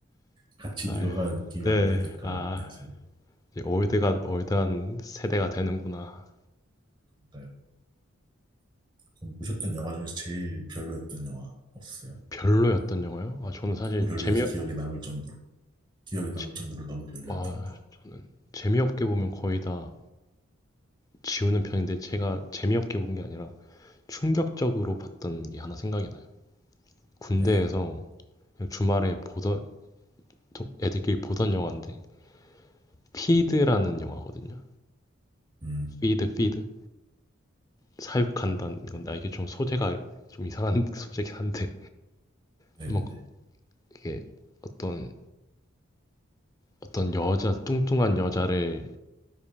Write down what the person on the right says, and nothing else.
같이
늙어가는 느낌이라고
해야 될까
해서.
그러니까요. 그럼 보셨던 영화 중에서 제일 별로였던 영화 없으세요?
너무 별로여서
기억에 남을 정도로. 기억에 남을
정도로 너무 별로였던
거.
네.
음,
네네네.